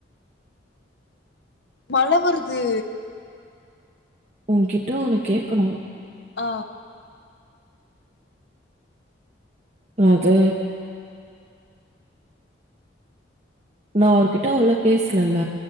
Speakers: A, on the left; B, on the right.
A: மழை வருது
B: உன்கிட்ட ஒன்னு கேக்கணு
A: ஆ
B: அது நா அவர்கிட்ட அவ்ளா பேசலல்ல